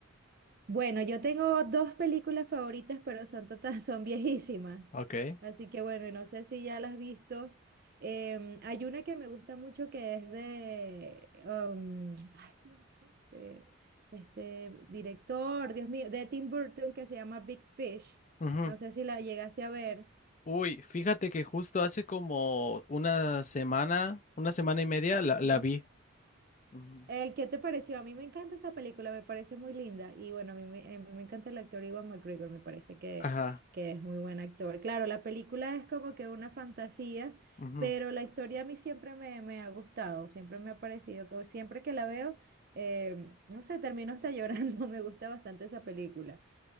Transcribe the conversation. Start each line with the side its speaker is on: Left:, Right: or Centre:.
Right: Bueno, yo tengo dos películas favoritas, pero son total, <laughs> son viejísimas.
Left: Ok.
Right: Así que bueno, no sé si ya las has visto. Em, hay una que me gusta mucho que es de, um, ay, no sé, este director, Dios mío, de Tim Burton que se llama Big Fish.
Left: Ujú.
Right: No sé si la llegaste a ver.
Left: Uy, fíjate que justo hace como una semana, una semana y media la, la
Right: Ujú.
Left: vi. Ujú.
Right: Eh, ¿qué te pareció? A mí me encanta esa película, me parece muy linda. Y bueno, a mí me, a mí me encanta el actor Iwan McGregor, me parece que,
Left: Ajá.
Right: que es muy buen actor. Claro, la película es como que una fantasía,
Left: ujú,
Right: pero la historia a mí siempre me, me ha gustado, siempre me ha parecido, que siempre que la veo, eh, no sé, termino hasta llorando, <laughs> me gusta bastante esa película.